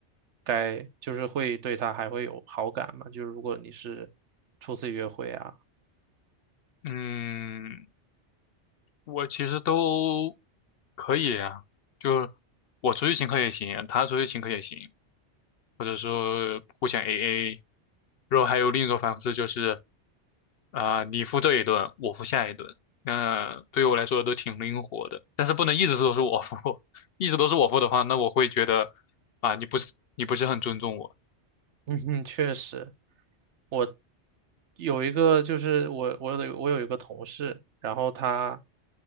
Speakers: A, on the right; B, on the left.
A: 该就是会对她还会有好感嘛？就是如果你是初次约会啊，
B: 嗯。我其实都可以啊，就我出去请客也行，他出去请客也行，或者说互相 AA。然后还有另一种方式就是，啊、你付这一顿，我付下一顿。那对于我来说都挺灵活的，但是不能一直都是我付，<laughs> 一直都是我付的话，那我会觉得啊、你不是你不是很尊重我。
A: <laughs> 嗯哼，确实。我有一个就是我我有我有一个同事，然后他